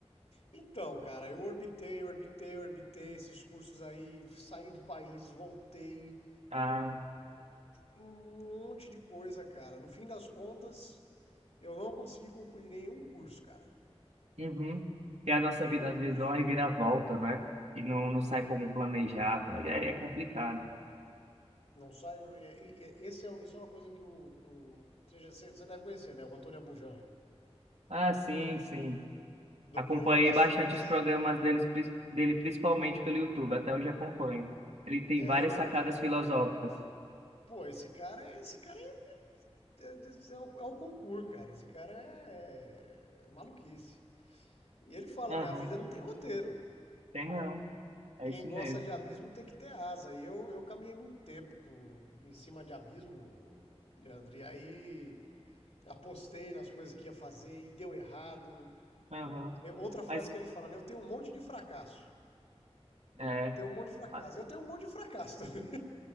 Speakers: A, on the left; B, on the right.
A: Então, cara, eu orbitei, orbitei, orbitei esses cursos aí, saí do país, voltei,
B: Ah,
A: um um monte de coisa, cara. No fim das contas, eu não consegui concluir nenhum curso, cara.
B: uhum. E a nossa
A: Nenhum
B: vida às
A: curso.
B: vezes dá uma reviravolta, né? E não, não sai
A: É.
B: como planejado. Aí É, é complicado.
A: Não sai. e- e- e- Esse é, isso é uma coisa que o. que o- você, já- você- você deve conhecer, né? O Antônio Abujamra,
B: Ah, sim, sim.
A: do
B: Acompanhei
A: Provocações.
B: bastante os programas deles, pris- dele, principalmente pelo YouTube, até hoje acompanho. Ele tem
A: É,
B: várias
A: não,
B: sacadas
A: então.
B: filosóficas.
A: Pô, esse cara é. Esse cara é. É, é, o, é o concurso, cara. Esse cara é, é maluquice. E ele fala,
B: Aham,
A: né? A vida não tem roteiro.
B: tem não. É
A: Quem
B: isso
A: gosta
B: mesmo.
A: de abismo tem que ter asa. E eu, eu caminhei muito tempo por- em cima de abismo, Leandro. E aí apostei nas coisas que ia fazer e deu errado.
B: Aham.
A: Aí outra frase
B: Mas,
A: que ele fala, né? Eu tenho um monte de fracasso.
B: é,
A: Tenho um monte de fracasso.
B: ah,
A: Eu tenho um monte de fracasso também.